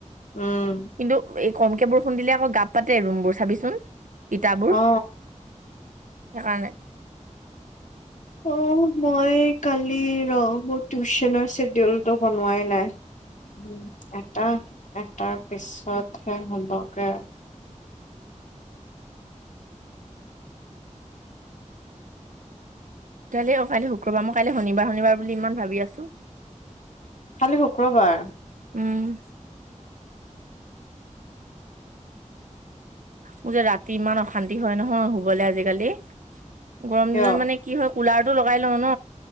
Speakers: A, on the left; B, on the right.
A: উম
B: কিন্তু এই কমকে বৰষুণ দিলে আকৌ গাপ পাতে ৰুম বোৰ, চাবিচোন ইটাবোৰ।
A: অ
B: সেইকাৰণেই।
A: অ' মই কালি ৰ মোৰ টিউচ্যনৰ চেডিউলটো বনোৱাই নাই। উম, এটা। এটাৰ পিছতহে হ'বগে।
B: কালৈ অ' কালি শুক্ৰবাৰ মই কালিলৈ শনিবাৰ শনিবাৰ বুলি ইমান ভাবি আছো,
A: কালি শুক্ৰবাৰ
B: উম। মোৰ যে ৰাতি ইমান অশান্তি হয় নহয় শুবলৈ আজিকালি। গৰম
A: কিয়
B: দিনত মানে কি হয় কুলাৰটো লগাই লওঁ ন।